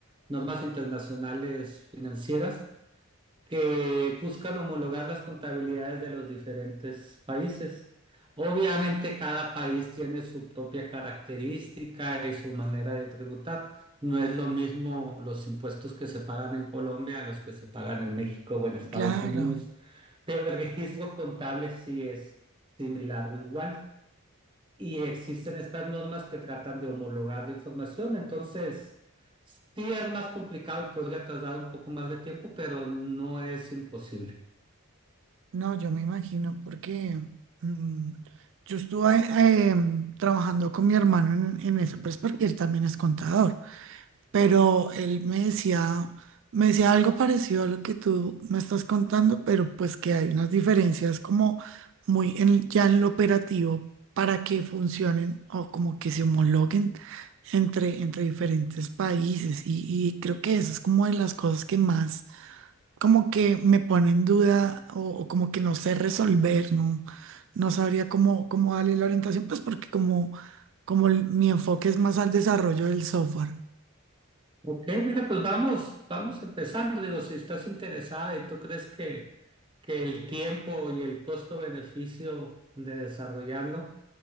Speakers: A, on the right (about 20°); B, on the right (about 55°).
A: normas internacionales financieras que buscan homologar las contabilidades de los diferentes países. Obviamente cada país tiene su propia característica y su manera de tributar. No es lo mismo los impuestos que se pagan en Colombia a los que se pagan en México o en Estados
B: Claro.
A: Unidos, pero el registro contable sí es similar o igual y existen estas normas que tratan de homologar la información. Entonces, sí es más complicado y podría tardar un poco más de tiempo, pero no es imposible.
B: No, yo me imagino porque mm, yo estuve eh, mm, trabajando con mi hermano en, en eso, pues porque él también es contador, pero él me decía, me decía algo parecido a lo que tú me estás contando, pero pues que hay unas diferencias como muy en- ya en lo operativo para que funcionen o como que se homologuen entre, entre diferentes países y, y creo que eso es como de las cosas que más como que me pone en duda o, o como que no sé resolver, no, no sabría cómo, cómo darle la orientación, pues porque como, como el- mi enfoque es más al desarrollo del software.
A: Ok, mira, pues vamos, vamos empezando. Digo, si estás interesada y tú crees que, que el tiempo y el costo-beneficio de desarrollarlo